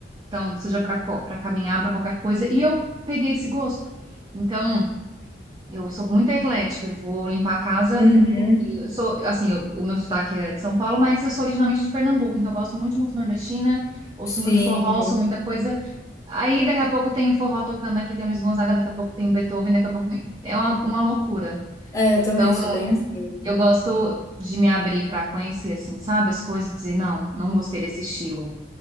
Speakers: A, on the right (about 25°); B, on the left (about 15°).
A: então, seja para para caminhar, para qualquer coisa, e eu peguei esse gosto. Então, eu sou muito eclética, eu vou limpar a casa
B: uhum,
A: e eu sou, assim, eu- o meu sotaque é de São Paulo, mas eu sou originalmente de Pernambuco, então eu gosto muito de música nordestina, ouço
B: sim.
A: muito forró, ouço muita coisa Aí daqui a pouco tem um forró tocando aqui, tem um Luiz Gonzaga, daqui a pouco tem um Beethoven, daqui a pouco tem... É uma, uma loucura.
B: É, eu também
A: Então,
B: sou bem assim.
A: eu gosto de me abrir para conhecer, assim, sabe, as coisas e dizer, não, não gostei desse estilo.